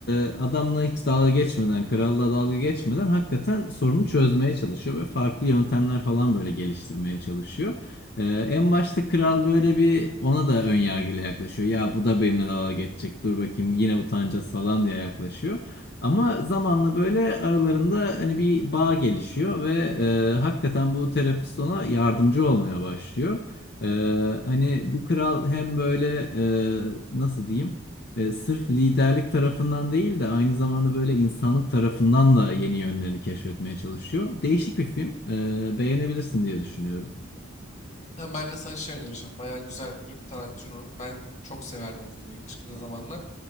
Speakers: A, on the left (about 50°); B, on the left (about 35°).
A: e, adamla hiç dalga geçmeden, kralla dalga geçmeden hakikaten sorunu çözmeye çalışıyor ve farklı yöntemler falan böyle geliştirmeye çalışıyor. Ee, en başta kral böyle bir ona da ön yargıyla yaklaşıyor. Ya bu da benimle dalga geçecek. Dur bakayım yine utanacağız falan diye yaklaşıyor. Ama zamanla böyle aralarında hani bir bağ gelişiyor ve e, hakikaten bu terapist ona yardımcı olmaya başlıyor. Ee, hani bu kral hem böyle e, nasıl diyeyim? E, sırf liderlik tarafından değil de aynı zamanda böyle insanlık tarafından da yeni yönlerini keşfetmeye çalışıyor. Değişik bir film. Ee, beğenebilirsin diye düşünüyorum.
B: Ha, ben de sana şey önereceğim. Bayağı güzel bir film. Tarantino'nun. Ben çok severdim bu filmi ilk çıktığı zamanlar.